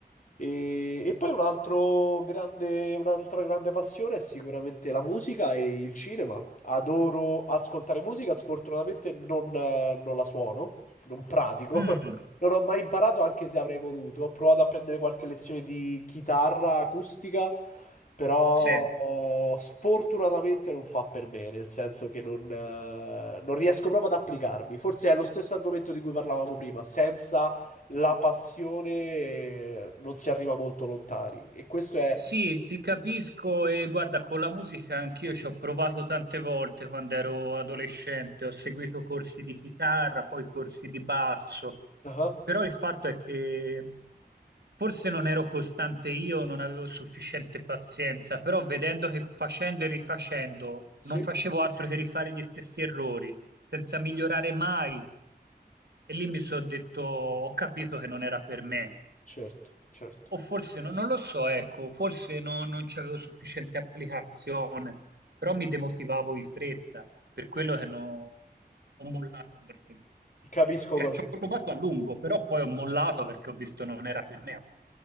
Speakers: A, on the left; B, on the right.
A: E, e poi un altro grande, un'altra grande passione è sicuramente la musica e il cinema. Adoro ascoltare musica, sfortunatamente non, eh, non la suono, non pratico.
B: Mm.
A: <laughs> Non ho mai imparato, anche se avrei voluto. Ho provato a prendere qualche lezione di chitarra acustica, però
B: Sì,
A: oh, sfortunatamente non fa per me, nel senso che non, eh, non riesco proprio ad applicarmi. Forse è lo stesso argomento di cui parlavamo prima, senza la passione non si arriva molto lontani. E questo è...
B: Sì, ti capisco e guarda, con la musica anch'io ci ho provato tante volte quando ero adolescente, ho seguito corsi di chitarra, poi corsi di basso,
A: Ah,
B: però il fatto è che forse non ero costante io, non avevo sufficiente pazienza, però vedendo che facendo e rifacendo
A: Sì?
B: non facevo altro che rifare gli stessi errori, senza migliorare mai, e lì mi sono detto, ho capito che non era per me.
A: certo, certo.
B: O forse no- non lo so, ecco, forse no- non c'avevo sufficiente applicazione, però mi demotivavo in fretta, per quello che no- ho mollato abbastanza.
A: Capisco
B: Cioè,
A: cosa
B: ci
A: intendi.
B: ho provato a lungo, però poi ho mollato perché ho visto non era per me.